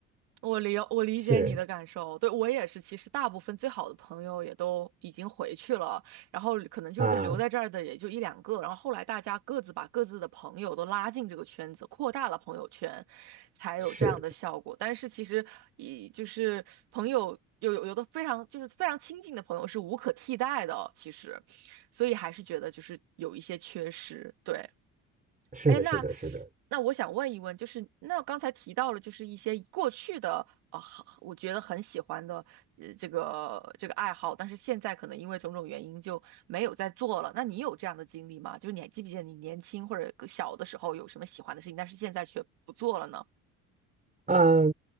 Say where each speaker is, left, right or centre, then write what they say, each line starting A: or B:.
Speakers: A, on the right; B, on the right.
A: 我理我理解你的感受，
B: <laughs> 是。
A: 对，我也是。其实大部分最好的朋友也都已经回去了，然后可能就在留在这儿的也就一两个。
B: 啊，
A: 然后后来大家各自把各自的朋友都拉进这个圈子，扩大了朋友圈，才有这样的效果。
B: 是，
A: 但是其实以就是朋友有有有的非常就是非常亲近的朋友是无可替代的，其实，所以还是觉得就是有一些缺失，对。
B: 是的，
A: 哎，那
B: 是的，是的，
A: 那我想问一问，就是那刚才提到了，就是一些过去的啊、呃我觉得很喜欢的呃这个这个爱好，但是现在可能因为种种原因就没有再做了。那你有这样的经历吗？就是你还记不记得你年轻或者小的时候有什么喜欢的事情，但是现在却不做了呢？
B: 呃，